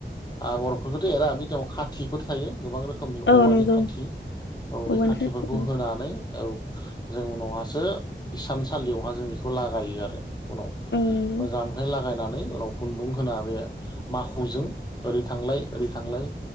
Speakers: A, on the left; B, on the left.
A: आगरफोरखौथ' एरा बिव खाथिफोर थायो गोबां रोखोम रोखोमनि
B: औ
A: औवानि
B: नंगौ
A: खाथि औ बे
B: औवानि
A: खाथिफोरखौ
B: खाथि औ
A: होनानै औ जों उनावहासो इसानसालियावहा जों बेखौ लागायो आरो उनाव
B: औ नंगौ
A: मोजांहै लागायनान उनाव खुन्दुं होना बे माखुजों ओरै थांलाय ओरै थांलाय